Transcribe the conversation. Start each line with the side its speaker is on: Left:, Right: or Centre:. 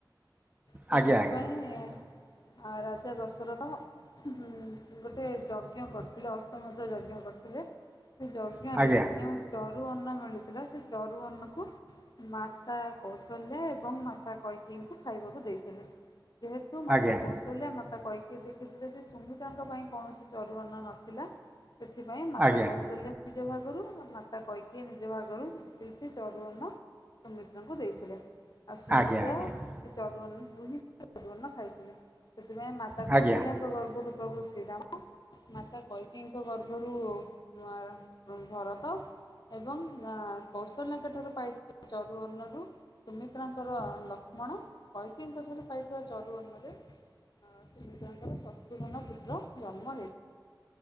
Left: ତ
Right: ଆଜ୍ଞା
Left: ସେଥିପାଇଁ ରାଜା ଦଶରଥ- ହୁଁ ଗୋଟେ ଯଜ୍ଞ କରିଥିଲେ ଅସ୍ତମଧ୍ୟ ଯଜ୍ଞ କରିଥିଲେ। ଥିଲେ ସେ ଯଜ୍ଞରେ
Right: ଆଜ୍ଞା
Left: ଯେଉଁ ଚରୁ ଅନ୍ନ ମିଳିଥିଲା ସେ ଚରୁ ଅନ୍ନକୁ ମାତା କୌଶଲ୍ୟା ଏବଂ ମାତା କୈକେଇଙ୍କୁ ଖାଇବାକୁ ଦେଇଥିଲେ ଯେହେତୁ ମାତା
Right: ଆଜ୍ଞା
Left: କୌଶଲ୍ୟା ମାତା କୈଇ କିଏ ଦେଖିଥିଲେ ଯେ ସୁମିତ୍ରାଙ୍କ ପାଇଁ କୌଣସି ଚରୁଅନ୍ନ ନଥିଲା ସେଥିପାଇଁ ମାତା
Right: ଆଜ୍ଞା ଆଜ୍ଞା
Left: କୌଶଲ୍ୟା ନିଜ ଭାଗରୁ ମାତା କୈକେୟୀ ନିଜ ଭାଗରୁ କିଛି କିଛି ଚରୁଅନ୍ନ ସୁମିତ୍ରାଙ୍କୁ ଦେଇଥିଲେ ଆଉ ସୁମିତ୍ରା
Right: ଆଜ୍ଞା
Left: ସେ ଚରୁଅନ୍ନ ଦୁହିଁ ଚାରୁ ଅନ୍ନ ଖାଇଥିଲେ ସେଥିପାଇଁ ମାତା
Right: ଆଜ୍ଞା ଆଜ୍ଞା
Left: କୌଶଲ୍ୟାଙ୍କ ଗର୍ଭରୁ ପ୍ରଭୁ ଶ୍ରୀରାମ ମାତା କୈତିକେୟୀଙ୍କ ଗର୍ଭରୁ ମ ଭରତ ଏବଂ ଅ କୌଶଲ୍ୟାଙ୍କ ଠାରୁ ପାଇଥିବା ଚରୁଅନ୍ନ ରୁ ସୁମିତ୍ରାଙ୍କର ଲ ଲକ୍ଷ୍ମଣ କୈକେୟୀଙ୍କ ଠାରୁ ପାଇଥିବା କୈକେୟୀ ଚରୁ ଅନ୍ନରେ ଅ ଶୁମିତ୍ରାଙ୍କର ଶତ୍ରୁଘ୍ନ ପୁତ୍ର ଜନ୍ମ ହେଇ